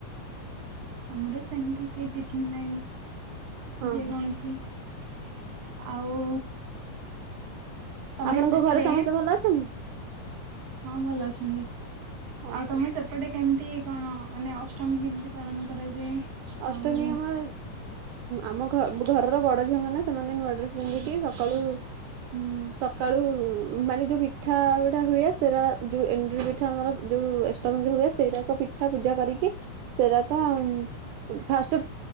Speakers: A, on the right (about 55°); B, on the right (about 75°).
A: ଆମର ସେମିତି ସେ ଟିଚିଙ୍ଗ୍ ଲାଇନ୍
B: ହଁ
A: ଯେ
B: ହଁ
A: କୌଣସି ଆଉ ତମର
B: ଆପଣଙ୍କ
A: ସେପଟେ
B: ଘରେ ସମସ୍ତେ ଭଲ ଅଛନ୍ତି?
A: ହଁ ଭଲ ଅଛନ୍ତି,
B: ଓହୋ
A: ଆଉ ତମେ ସେପଟେ କେମିତି କଣ ମାନେ ଅଷ୍ଟମୀ କେମିତି? ପାଳନ କରାଯାଏ।
B: ଅଷ୍ଟମୀ
A: ଆଉ
B: ଆମ ଆମ ଘରର ବଡ ଝିଅମାନେ ସେମାନେ ନୂଆ ଡ୍ରେସ୍ ପିନ୍ଧିକି ସକାଳୁ ଉଁ ସକାଳୁ ମାନେ ଯୋଉ ପିଠାଟା ହୁଏ, ସେଟା ଯୋଉ ଏଣ୍ଡୁରି ପିଠା ଆମର ଯୋଉ ଅଷ୍ଟମୀ ହୁଏ, ସେଇଟାକ ପିଠା ପୂଜା କରିକି ସେଇରାକ ଉଁ ଫାଷ୍ଟ